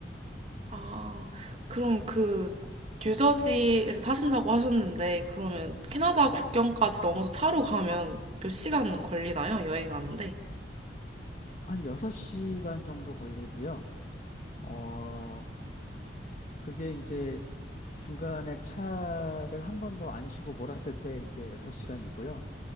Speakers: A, on the right (about 35°); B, on the left (about 40°).
A: 아, 그럼 그 뉴저지에서 사신다고 하셨는데 그러면 캐나다 국경까지 넘어서 차로 가면 몇 시간 걸리나요? 여행하는데?
B: 한 6시간 정도 걸리고요. 어, 그게 이제 중간에 차를 한 번도 안 쉬고 몰았을 때 이제 6시간이고요.